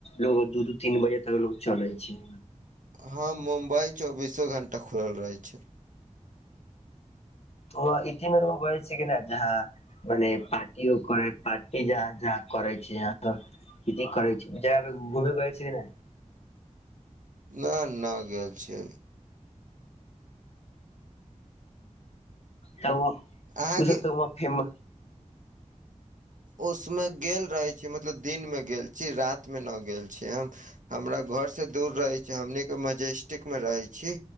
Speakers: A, on the left (about 55°); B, on the right (about 85°).
A: लोग दू दू तीन बजे तक लोग चले छै
B: हँ मुम्बई चौबीसो घण्टा खुलल रहै छै
A: ओ इतिमे र बै छै कि नहि जहाँ मने पार्टी करै पार्टी जहाँ जहाँ करै छै सब <unintelligible>
B: न ना गेल छिये अभी
A: सबो <inaudible>
B: अहाँ
A: उ
B: गे
A: सब त वहाॅं फेम
B: उसमे गेल रहैय छी मतलब दिनमे गेल छी रातमे ना गेल छी हम हमरा घर से दूर रहै छी हमनी केँ मजेस्टिक मे रहै छी